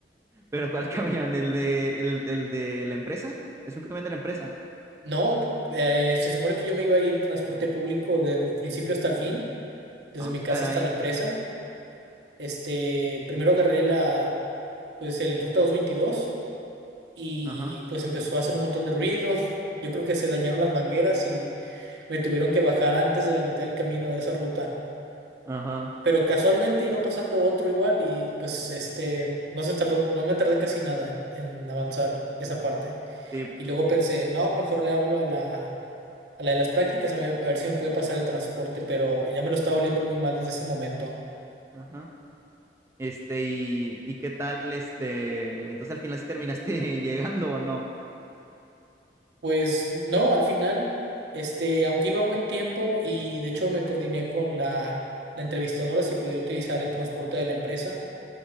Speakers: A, on the right; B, on the right.
A: ¿Pero cuál <laughs> camión? ¿El de, el, el de la empresa? ¿Es un camión de la empresa?
B: No, eh, se supone que yo me iba a ir transporte público desde el principio hasta el fin, desde
A: Ah,
B: mi casa
A: caray.
B: hasta la empresa. Este, primero agarré la, pues el ruta 222 y
A: Ajá,
B: pues empezó a hacer un montón de ruido. Yo creo que se dañaron las mangueras y me tuvieron que bajar antes de la mitad del camino de esa ruta.
A: ajá.
B: Pero casualmente iba pasando otro igual y pues este no se tardó, no me tardé casi nada en, en avanzar esa parte.
A: Sí,
B: Y luego pensé, no, mejor le hablo a la, a la de las prácticas a ver, a ver si me puede pasar el transporte, pero ya me lo estaba oliendo muy mal desde ese momento.
A: ajá. Este, y, ¿y qué tal? Este, entonces al final sí terminaste <laughs> llegando o no.
B: Pues no, al final, este, aunque iba a buen tiempo y de hecho me coordiné con la, la entrevistadora si podía utilizar el transporte de la empresa.